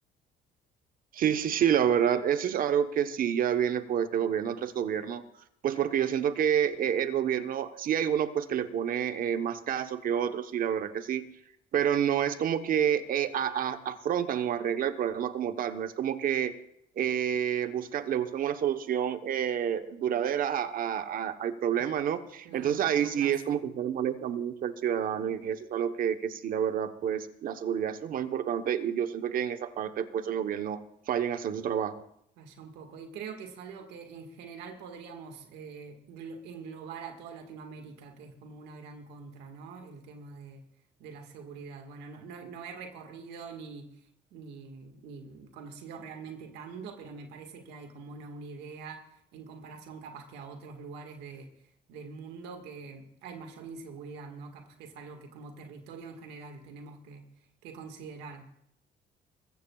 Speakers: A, on the right; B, on the right.
A: Sí, sí, sí, la verdad, eso es algo que sí ya viene pues de gobierno tras gobierno, pues porque yo siento que eh, el gobierno, sí hay uno pues que le pone eh, más caso que otros, sí, la verdad que sí, pero no es como que eh, a- a- afrontan o arreglan el problema como tal, no es como que eh, buscan, le buscan una solución eh, duradera a- a- a- al problema, ¿no?
B: claro,
A: Entonces
B: a largo
A: ahí sí
B: plazo.
A: es como que se le molesta mucho al ciudadano y eso es algo que, que sí, la verdad, pues la seguridad es lo más importante y yo siento que en esa parte pues el gobierno fallen a hacer su trabajo.
B: Vaya un poco. Y creo que es algo que en general podríamos eh, glo- englobar a toda Latinoamérica, que es como una gran contra, ¿no? El tema de, de la seguridad. Bueno, no, no, no he recorrido ni, ni, ni conocido realmente tanto, pero me parece que hay como una, una idea en comparación capaz que a otros lugares de, del mundo que hay mayor inseguridad, ¿no? Capaz que es algo que como territorio en general tenemos que, que considerar.